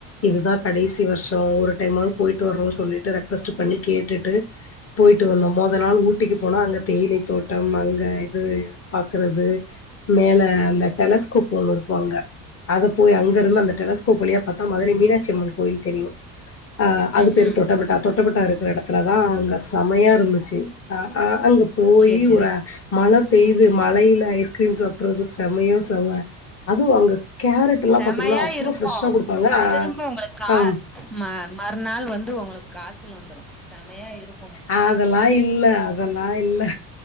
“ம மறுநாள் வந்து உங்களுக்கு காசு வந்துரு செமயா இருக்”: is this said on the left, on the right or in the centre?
Centre